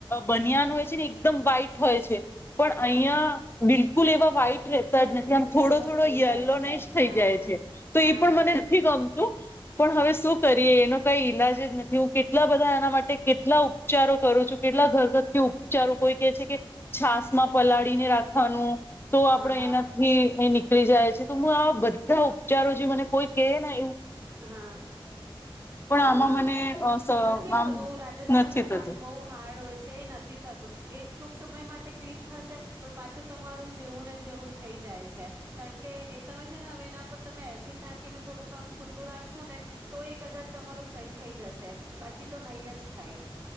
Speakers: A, on the left; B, on the right.
A: બનિયાન હોય છે ને એકદમ વહાઈટ હોય છે. પણ
B: હા
A: અહીંયા બિલ ફૂલ એવા વાઈટ રેહતાજ
B: યલ
A: નથી આમ થોડો
B: યલ્લો
A: થોડો
B: થઈ
A: યલોને
B: જાય છે
A: જ થઈ
B: હા
A: જાય છે તો
B: હા
A: એ પણ મને
B: થઈ
A: નથી
B: જાય
A: ગમ પણ હવે શું કરીએ એનો કઈ ઈલાજ નથી હું કેટ કેટલા બધા એના માટે કેટલા ઉપચારો કરું છું. કેટલા ઘરઘંતી ઉપચારો કોઈ કહે છે કે છાસ માં પલાળીને રાખવાનું તો
B: હા
A: આપડે
B: હા
A: એનાથી એ નીકળી જાય છે. તો હું આ બદ બધા ઉપચારો જે મને કોઈ કે નહી.
B: હા
A: આમાં
B: હા
A: મને અ સ
B: નથી
A: આમ
B: થતું રાજસ્થાન
A: નથી
B: ના
A: થતું
B: પાણી બહુ હાર્ડ હોય છે નથી થતું એ ટૂંક સમય માટે ક્લીન થશે પણ પાછું તમારું જેવું ને જેવું થઈ જાય છે, કારણ કે એ તમે છે ને હવે એના પર તમે એસિડ નાખીને થોડું કામ છુ ટું રાખશો ને તો એ કદાચ તમારું સહી થઈ જશે બાકી તો નહી જ થાય.